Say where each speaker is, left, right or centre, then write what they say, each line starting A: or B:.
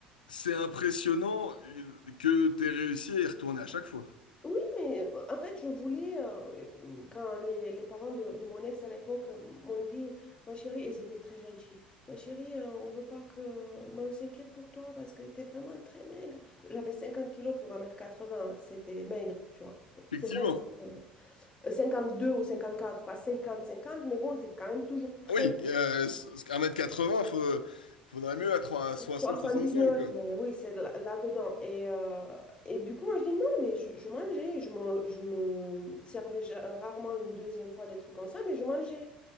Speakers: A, on the left (about 85°); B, on the left (about 20°).
A: c'est impressionnant euh, que t'aies réussi à y retourner à chaque fois.
B: Oui, mais euh, en fait, je voulais, euh, quand les, les parents de, de mon ex à l'époque euh, m'ont dit, ma chérie, et ils étaient très gentils, ma chérie, euh, on veut pas que... Mais on s'inquiète pour toi parce que tu vraiment très maigre. J'avais 50 kilos pour un mètre quatre-vingts c'était maigre, tu vois. C'est
A: Effectivement.
B: vrai que c'est maigre. Euh, 52 ou 54, pas cinquante cinquante mais bon, c'est quand même toujours très...
A: Oui, euh, s- s- un mètre quatre 80 faut, faudrait mieux être à soixante
B: soixante
A: 65
B: dix neuf
A: quoi.
B: mais oui, c'est là- là-dedans. Et, euh, et du coup, moi, je dis non, mais je, je mangeais. Je me, je me servais ja- rarement une deuxième fois des trucs comme ça, mais je mangeais.